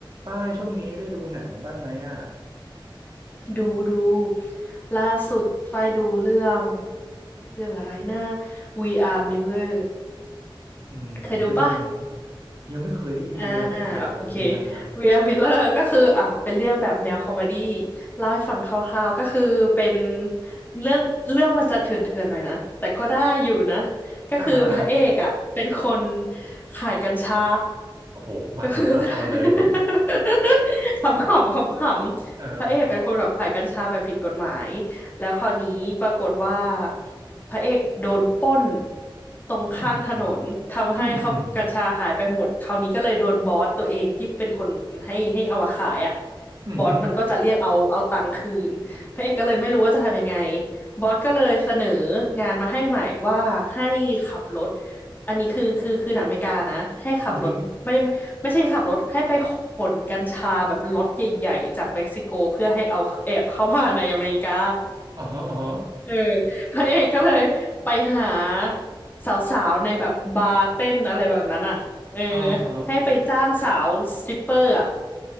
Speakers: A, on the right; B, on the left.
A: ป้ายช่วงนี้ได้ดูหนังบ้างไหมอ่ะ
B: ดูดูล่าสุดฝ้ายดูเรื่องเรื่องอะไรนะ We Are Miller
A: อืมเป็นไง
B: เคยดูปะ
A: ยังไม่เคยได้ยินเลยไม่เคยเลยเป็นไงอ่ะ
B: อ่าโอเค We Are Miller ก็คืออ่ะเป็นเรื่องแบบแนวคอมเมดี้เล่าให้ฟังคร่าวๆก็คือเป็นเรื่องเรื่องมันจะเถื่อนๆหน่อยนะแต่ก็ได้อยู่นะก็คือพระเอกอ่ะเป็นคน
A: อ่าฮะอ่าฮะ
B: ขายกัญชา
A: โอ้โหมาถึงก็เอาเลย
B: ก็คือ <laughs> ขำๆขำๆพระเอกเป็นคนแบบขายกัญชาแบบผิดกฎหมาย
A: <laughs> อ่าฮะ
B: แล้วคราวนี้ปรากฏว่าพระเอกโดนปล้นตรงข้างถนนทำให้เขากัญชาหายไปหมดคราวนี้ก็เลยโดนบอสตัวเองที่เป็นคนให้ให้เอามาขายอ่ะ
A: อืมอืมอืมอืมอื
B: บอสมันก็จะเรียกเอาเอาตังค์คืนพระเอกก็เลยไม่รู้ว่าจะทำยังไงบอสก็เลยเสนองานมาให้ใหม่ว่าให้ขับรถอันนี้คือคือคือหนังอเมริกานะให้ขับรถไม่
A: มอม
B: ไม่ใช่ขับรถให้ไปขนกัญชาแบบล็อตใหญ่ๆจากเม็กซิโกเพื่อให้เอาแอบเข้ามาในอเมริกา
A: อ๋อฮะอ๋อฮะ
B: เออพระเอกก็เลยไปหาสาวๆในแบบบาร์เต้นอะไรแบบนั้นอ่ะเออ
A: อ๋อฮะ
B: ให้ไปจ้างสาวสตริปเปอร์อ่ะ